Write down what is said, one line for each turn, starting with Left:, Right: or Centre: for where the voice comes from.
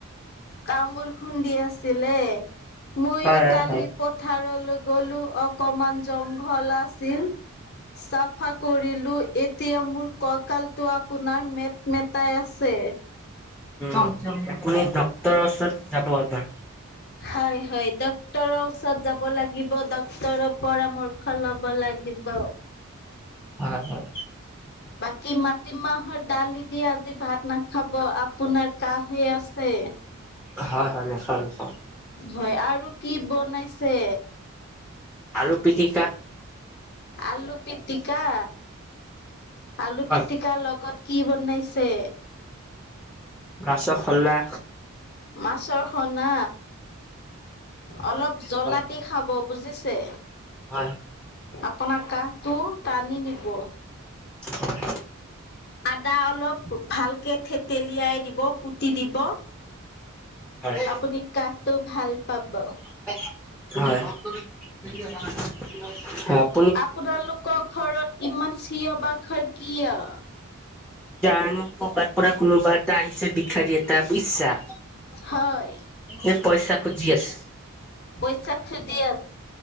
Left: তামোল খুন্দি আছিলে মইয়ো
Centre: হয়, হয়,
Left: কালি
Centre: হয়,
Left: পথাৰলৈ গলো অকমান জংঘল আছিল চাফা কৰিলো এতিয়া মোৰ কঁকালটো আপোনাৰ মেট মেটাই আছে।
Centre: আপুনি ডক্তৰৰ ওচৰত যাব এবাৰ।
Left: হয় হয় ডক্তৰ ওচৰত যাব লাগিব ড ক্তৰৰ পৰামৰ্শ লব লাগিব
Centre: হয় হয়
Left: বাকী মাটিমাহৰ দালি দি আজি ভাত নাখাব আ পোনাৰ কাঁহ হৈ আছে
Centre: হয় হয় নিশ্চয় নিশ্চয়।
Left: হয় আৰু কি বনাইছে?
Centre: আলু পিটিকা।
Left: আলু পিটিকা আলু
Centre: হয়,
Left: পিটিকাৰ লগত কি বনাইছে
Centre: মাছৰ সনা
Left: মাছৰ সনা অলপ জলা
Centre: হয়,
Left: দি খাব বুজি ছে
Centre: হয়,
Left: আপোনাৰ কাঁহটো টানি নিব।
Centre: হয়,
Left: আদা অলপ ভালকে থেতেলিয়াই দিব কুটি দিব
Centre: হয়।
Left: আপুনি কাঁহটো ভাল পাব
Centre: হয় হয় আ
Left: আপোনালোকৰ ঘৰত ইমান চিঞৰ বাখৰ কিয়?
Centre: জানো কৰ'বাৰ পৰা কোনোবা এটা আহিছে ভিক্ষাৰী এটা বুজিছা
Left: হয়
Centre: এ পইচা খোজি আছে।
Left: পইচা খুজি